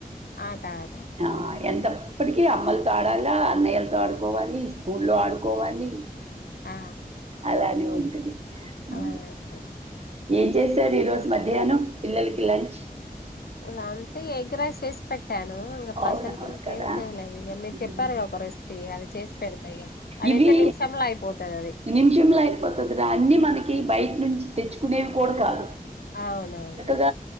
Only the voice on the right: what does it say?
ఆ ఎంతప్పటికీ అమ్మలతో ఆడాలా అన్నయ్యలతో ఆడుకోవాలి స్కూల్లో ఆడుకోవాలి
అలానే ఉంటది
ఊ
ఏం చేశారు ఈ రోజు మధ్యాహ్నం పిల్లలకి లంచ్
అవునవును
కదా
మ్మ్.
ఇవి
నిమిషంలో అయిపోతదిరా అన్ని మనకి
బయట నుంచి తెచ్చుకునేవి కూడా కాదు
ఇగ